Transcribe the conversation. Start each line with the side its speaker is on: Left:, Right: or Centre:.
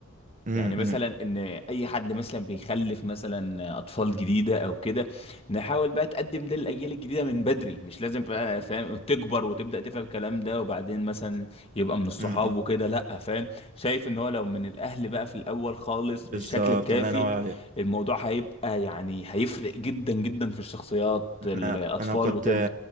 Right: امم
Left: يعني مثلا ان اي حد مثلا بيخلف مثلا اطفال جديده او كده نحاول بقى تقدم ده للاجيال الجديده من بدري مش لازم بقى فاهم تكبر وتبدا تفهم الكلام ده وبعدين مثلا يبقى من الصحاب
Right: امم
Left: وكده لا فاهم شايف ان هو لو من الاهل بقى في الاول خالص
Right: بالظبط
Left: بالشكل الكافي
Right: الله ينور عليك
Left: الموضوع هيبقى يعني هيفرق جدا جدا في الشخصيات الاطفال
Right: انا انا كنت
Left: وكده